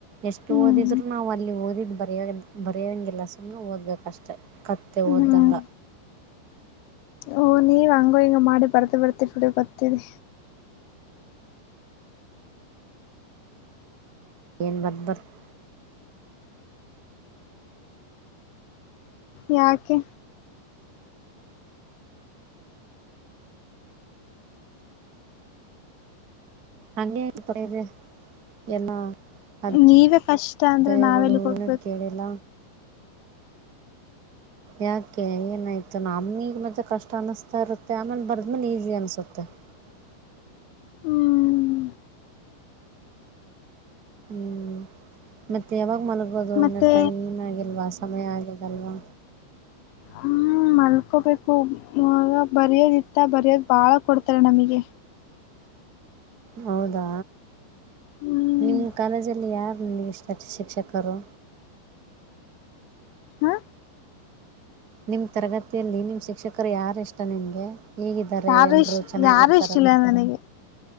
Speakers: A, on the right; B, on the left.
A: ಎಷ್ಟು
B: ಹ್ಮ್
A: ಓದಿದ್ರು ನಾವು ಅಲ್ಲಿ ಓದಿದು ಬರಯೋ ಬರೆಯೋಂಗಿಲ್ಲ ಸುಮ್ಮ್ ಓದ್ಬೇಕಷ್ಟೆ ಕತ್ತೆ ವ್ದಂಗ
B: ಹ್ಮ್ ಓ ನೀವ್ ಹಂಗ ಹಿಂಗ ಮಾಡಿ ಬರ್ತ ಬರ್ತಿ ಫುಡಿ ಗೊತ್ತೀರಿ
A: ಏನ್ ಬತ್ತ ಬರ್ <inaudible>
B: ಯಾಕೆ
A: ಹಂಗೆದೆ ಏನ <unintelligible> ಅ ಆದಾಯಗಳು
B: ನೀವೇ ಕಷ್ಟ ಅಂದ್ರೆ ನಾವೆಲ್ಲಿಗ್
A: <unintelligible>
B: ಹೋಗ್ಬೇಕು
A: ನ ಕೇಳಿಲ್ಲ ಯಾಕೆ ಏನಾಯ್ತುನಮಿಗೆ ಮತ್ತೆ ಕಷ್ಟ ಅನಸ್ತಾ ಇರುತ್ತೆ ಆಮೇಲೆ ಬರ್ದ್ಮೇಲೆ ಈಸಿ ಅನ್ಸುತ್ತೆ <unintelligible>
B: ಹ್ಮ್
A: ಹ್ಮ್ ಮತ್ತೆ ಯಾವಾಗ ಮಲಗೋದು
B: ಮತ್ತೆ
A: ಇನ್ನುೂ ಟೈಮ್ ಆಗಿಲ್ವಾ ಸಮಯ ಆಗಿದೆಲ್ವಾ
B: ಹ್ಮ್
A: ಹ
B: ಮಲ್ಕೋಬೇಕು ಬರಿಯೋದಿತ್ತ ಬರಿಯೋದ್ ಬಾಳ್ ಕೊಡ್ತಾರ ನಮಗೆ
A: ಹೌದಾ
B: ಹ್ಮ್
A: ನಿಮ್ ಕಾಲೇಜಲ್ಲಿ ಯಾರ ನನಗೆ ಇಷ್ಟಷ್ಟ ಶಿಕ್ಷಕರು
B: ಹಾ
A: ನಿಮ್ಮ ತರಗತಿಯಲ್ಲಿ ನಿಮ್ಮ ಶಿಕ್ಷಕರು ಯಾರ ಇಷ್ಟ ನಿಮ್ಗೆ ಹೀಗಿದ್ದಾರೆ
B: ಯಾರು
A: ಎಲ್ರು
B: ಇಷ್ಟ
A: ಚೆನ್ನಾಗಿರ್ತಾರಂತ
B: ಯಾರು ಇಷ್ಟ ಇಲ್ಲ ನನಗೆ